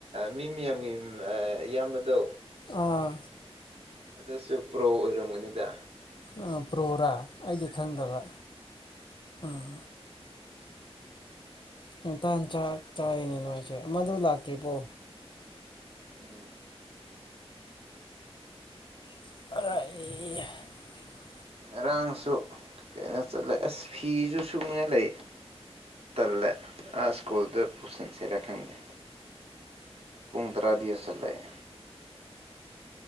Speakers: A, on the right; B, on the left.
A: ꯃꯤ ꯃꯌꯥꯝꯒꯤ ꯏꯌꯥꯝꯕꯗꯣ
B: ꯑꯥ
A: ꯑꯗꯁꯨ ꯄ꯭ꯔꯣ ꯑꯣꯏꯔꯝꯉꯅꯤꯗ
B: ꯑꯥ ꯄ꯭ꯔꯣꯔꯥ ꯑꯩꯗꯤ ꯈꯪꯗꯕ ꯑꯥ ꯉꯟꯇꯥꯅ ꯆꯥꯛ ꯆꯥꯏꯅꯦ ꯅꯣꯏꯁꯦ ꯑꯃꯗꯨ ꯂꯥꯛꯇ꯭ꯔꯤꯕꯣ
A: ꯎꯝ
B: <unintelligible>
A: ꯉꯔꯥꯡꯁꯨ ꯀꯩꯅꯣ ꯆꯠꯂꯦ ꯑꯁ ꯐꯤꯁꯨ ꯁꯨꯅꯤꯡꯉꯥꯏ ꯂꯩ ꯇꯜꯂꯦ ꯑꯥ ꯁ꯭ꯀꯨꯜꯗ ꯄꯨꯁꯤꯟꯁꯤꯔ ꯈꯪꯗꯦ ꯄꯨꯡ ꯇꯔꯥꯗꯤ ꯌꯁꯜꯂꯑꯦ